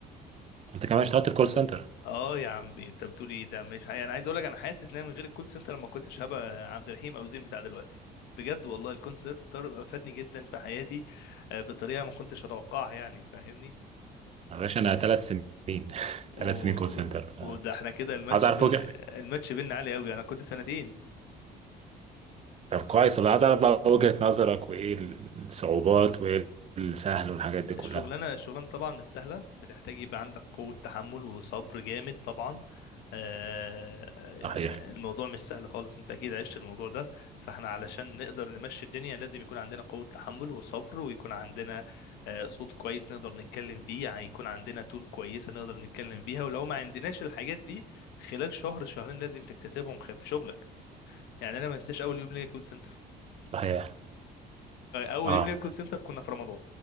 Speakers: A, on the right; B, on the left.
A: انت كمان اشتغلت في كول سنتر
B: اه يا عم انت بتقول ايه ده مش حقيقي. انا عايز اقول لك انا حاسس ان أنا من غير الكول سنتر ما كنتش هبقى عبد الرحيم او زين بتاع دلوقتي بجد والله الكول سنتر افادني جدا في حياتي آه، بطريقة ما كنتش اتوقعها يعني فاهمني
A: يا باشا انا ثلاث سنين <laughs>
B: و...
A: ثلاث سنين كول سنتر ف-
B: وده احنا كده الماتش
A: عايز اعرف
B: بين
A: وجهة
B: الماتش بيننا عالي قوي انا كنت سنتين
A: طب كويس والله عايز اعرف بقى وجهة نظرك وايه الصعوبات وايه السهل والحاجات دي كلها
B: الشغلانة الشغلانة طبعا مش سهلة بتحتاج يبقى عندك قوة تحمل وصبر جامد طبعا آه،
A: صحيح
B: الموضوع مش سهل خالص انت اكيد عشت الموضوع ده فاحنا علشان نقدر نمشي الدنيا لازم يكون عندنا قوة تحمل وصبر ويكون عندنا آه، صوت كويس نقدر نتكلم بيه يعني يكون عندنا تون كويسة نقدر نتكلم بيها ولو ما عندناش الحاجات دي خلال شهر شهرين لازم تكتسبهم خ- في شغلك يعني انا ما انساش اول يوم ليا كول سنتر
A: صحيح
B: اول
A: اه
B: يوم ليا كول سنتر كنا في رمضان